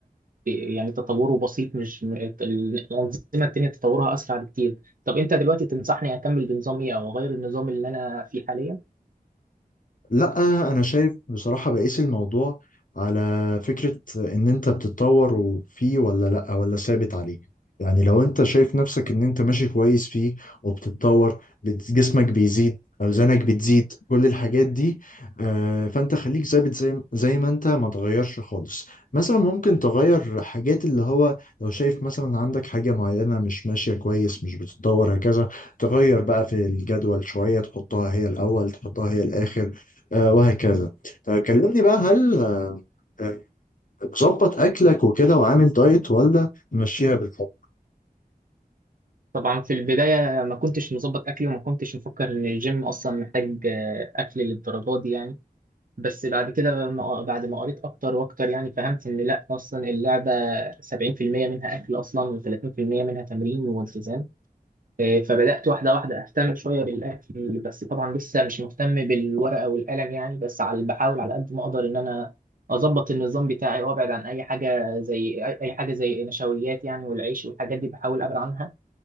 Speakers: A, on the right (about 60°); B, on the left (about 55°).
A: يعني تطوره بسيط مش الانظمه التانيه تطورها اسرع بكتير طب انت دلوقتي تنصحني اكمل بنظام ايه او اغير النظام اللي انا فيه حاليا
B: لا انا شايف بصراحة بقيس الموضوع على فكرة ان انت بتتطور وفيه ولا لا ولا ثابت عليه يعني لو انت شايف نفسك ان انت ماشي كويس فيه وبتتطور بت- جسمك بيزيد اوزانك بتزيد كل الحاجات دي آه، فانت خليك ثابت زي زي ما انت ما تغيرش خالص مثلا ممكن تغير حاجات اللي هو لو شايف مثلا عندك حاجة معينة مش ماشية كويس مش بتتطور هكذا تغير بقى في الجدول شوية تحطها هي الاول تحطها هي الاخر آه، وهكذا طيب كلمني بقى هل آه، آه، مظبط اكلك وكده وعامل دايت ولا ماشيها بالحب
A: طبعا في البداية ما كنتش مظبط أكلي وما كنتش مفكر إن الجيم أصلا محتاج آه، أكل للدرجات دي يعني بس بعد كده ما- بعد ما قريت أكتر وأكتر يعني فهمت إن لأ أصلا اللعبة 70% منها أكل أصلا و30% منها تمرين والتزام آه، فبدأت واحدة واحدة أهتم شوية بالأكل بس طبعا لسه مش مهتم بالورقة والقلم يعني بس على بحاول على قد ما أقدر إن أنا أظبط النظام بتاعي وأبعد عن أي حاجة زي أي أي حاجة زي نشويات يعني والعيش والحاجات دي بحاول أبعد عنها